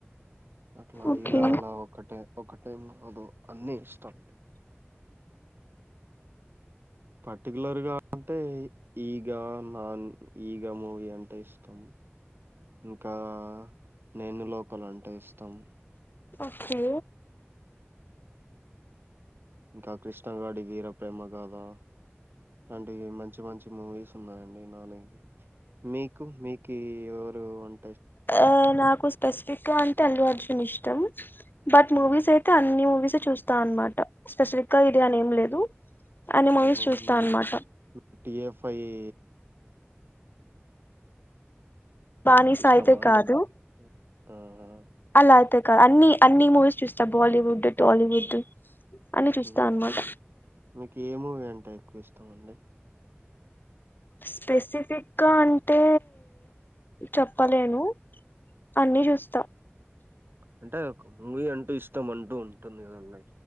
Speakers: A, on the right; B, on the left.
A: అట్లా
B: ఓకే
A: ఇలా అలా ఒక్కటే ఒక టైం అదో అన్నీ ఇష్టం పర్టికులర్గా అంటే ఈగ నాన్ ఈగ మూవీ అంటే ఇష్టం. ఇంకా నేను లోకల్ అంటే ఇష్టం
B: ఓకే
A: ఇంకా కృష్ణగాడి వీర ప్రేమ గాధ ఇలాంటివి మంచి మంచి మూవీస్ ఉన్నాయండి నాని మీక్ మీక్ కే ఎవలు వన్
B: ఆ నాకు స్పెసిఫిక్ గా అంటే అల్లు అర్జున్ ఇష్ తము బట్
A: హ్మ్.
B: మూవీస్ అయితే అన్ని మూవీస్ చూస్ స్త అనమాట స్పెసిఫిక్ గా ఇదే అని ఏం లేదు అన్ని మూవీస్
A: ఒహో
B: చూస్తా
A: మీరు
B: అనమాట
A: టిఎఫ్ఐ ఈ
B: బానీస
A: ఇష్టమా
B: అయితే
A: అండి
B: కాదు
A: మీకి? ఆహా!
B: అలా అయితే కాదు అన్ని అన్ని మూవీస్ చూస్తా బాలీవుడ్ టాలీవుడ్ అన్ని చూస్తా
A: ఉహు
B: అనమాట
A: మీకు ఏ మూవీ అంటే ఇస్టమండి
B: స్పెసిఫిక్గా అన్ అంటే చెప్పలేను అన్ని
A: హ్మ్.
B: చూస్తా
A: అంటే ఒక మూవీ అంటూ ఇష్టం అంటూ ఉంటుంది. కదండి